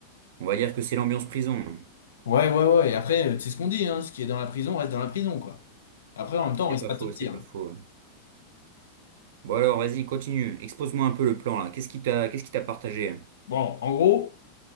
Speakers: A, on the right (about 55°); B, on the left (about 65°).
A: on va dire que c'est l'ambiance prison.
B: Ouais, ouais, ouais. Et après, euh, c'est ce qu'on dit, hein. Ce qui est dans la prison reste dans la prison, quoi. Après, en même temps,
A: C'est
B: on risque
A: pas
B: pas
A: faux,
B: de sortir.
A: c'est pas faux. Bon alors, vas-y, continue. Expose-moi un peu le plan là. Qu'est-ce qui t'a, qu'est-ce qui t'a partagé?
B: Bon, en gros.